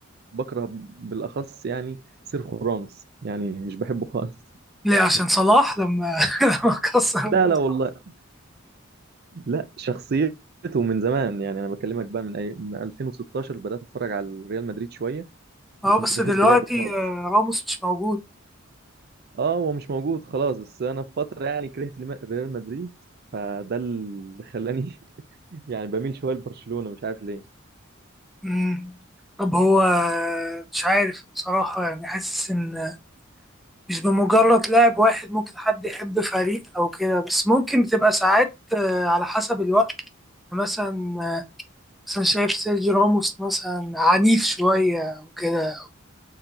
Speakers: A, on the right; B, in the centre.
A: بكره بالأخص يعني سيرخو راموس يعني مش بحبه خالص
B: ليه عشان صلاح لما <laughs> لما كسر
A: لا لا والله لا شخصيته من زمان يعني أنا بكلمك بقى من أي من 2016 بدأت أتفرج على ريال مدريد شوية
B: اه
A: ما كنتش
B: بس
A: بحب
B: دلوقتي
A: لعبه خالص
B: آه، راموس مش موجود
A: اه هو مش موجود خلاص بس أنا في فترة يعني كرهت الم- ريال مدريد فده اللي خلاني <laughs> يعني بميل شوية لبرشلونة مش عارف ليه
B: مم. طب هو آه، مش عارف بصراحة يعني حاسس إن مش بمجرد لاعب واحد ممكن حد يحب فريق أو كده بس ممكن بتبقى ساعات آه، على حسب الوقت يعني مثلا آه، مثلا شايف سيرجي راموس مثلا عنيف شوية وكده